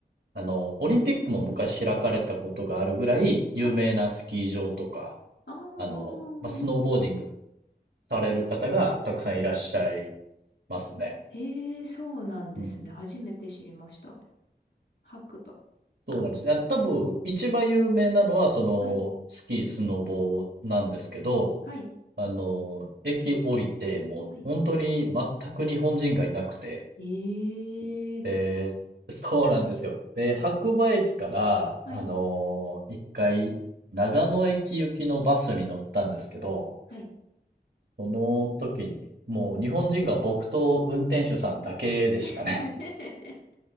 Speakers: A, on the right; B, on the left.
A: あの、オリンピックも昔開かれたことがあるぐらい有名なスキー場とか、
B: はい。あー
A: あの、まあ、スノーボーディングされる方がたくさんいらっしゃい
B: あ。
A: ますね。
B: へえ、そうなんですね。
A: うん。
B: 初めて知りました。白馬。
A: そうなんですね。あの多分、一番有名なのは、その、
B: はい。
A: スキー、スノボなんですけど、
B: はい。
A: あの、駅降りて、もう本当に全く日本人がいなくて、
B: はい。ええ
A: で、<laughs> そうなんですよ。で、白馬駅から、
B: はい。
A: あの、一回、長野駅行きのバスに乗ったんですけど、
B: はい。
A: その時に、もう日本人が僕と運転手さんだけでしたね。
B: <laughs>